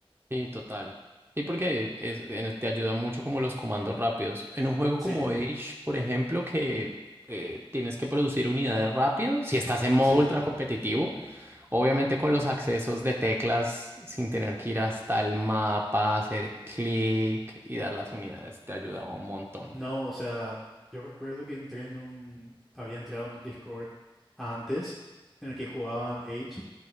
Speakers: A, on the right (about 25°); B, in the centre.
A: Sí, total. Sí, porque es- en- te ayudan mucho como los comandos rápidos. En un juego
B: Sí,
A: como Age, por ejemplo, que eh, tienes que producir unidades rápido, si estás en modo
B: sí.
A: ultra competitivo, obviamente con los accesos de teclas, sin tener que ir hasta el mapa, hacer clic y dar las unidades, te ayudaba un montón.
B: No, o sea, yo recuerdo que entré en un, había entrado en un Discord antes en el que jugaban Age